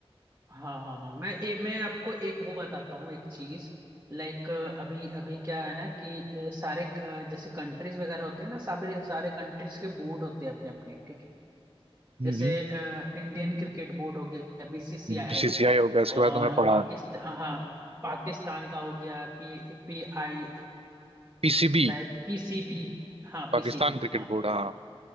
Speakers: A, on the right (about 25°); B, on the right (about 70°).
A: हाँ हाँ हाँ मैं ए, मैं आपको एक वो बताता हूँ एक चीज लाइक अभी अभी क्या है ना कि अ, सारे अ, जैसे कंट्रीज वगैरह होते हैं ना सारे सारे कंट्रीज के बोर्ड होते हैं अपने अपने ठीक है
B: हम्म
A: जैसे इंडियन क्रिकेट बोर्ड हो गया बीसीसीआई
B: बीसीसीआई हो गया इसके
A: और
B: बाद तो मैं पढ़ा
A: पाकिस्तान हाँ पाकिस्तान का हो गया पी पी आई
B: पीसीबी
A: शायद पीसीबी हाँ पीसीबी
B: पाकिस्तान क्रिकेट
A: हाँ लाइक
B: बोर्ड हाँ